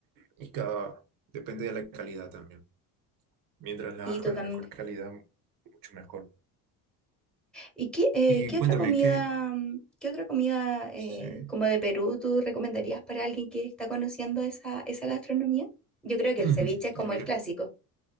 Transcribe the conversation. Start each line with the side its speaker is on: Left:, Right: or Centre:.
Right: y cada depende de la calidad también. Mientras la
Centre: Sí,
Right: hagas
Centre: totalmente.
Right: con la mejor calidad, mucho mejor.
Centre: ¿Y qué, eh,
Right: Y
Centre: qué
Right: cuéntame
Centre: otra comida,
Right: qué.
Centre: mm, qué otra comida eh,
Right: Sí.
Centre: como de Perú tú recomendarías para alguien que está conociendo esa, esa gastronomía? Yo creo que
Right: <clears throat>
Centre: el ceviche es
Right: Ya
Centre: como
Right: mira.
Centre: el clásico.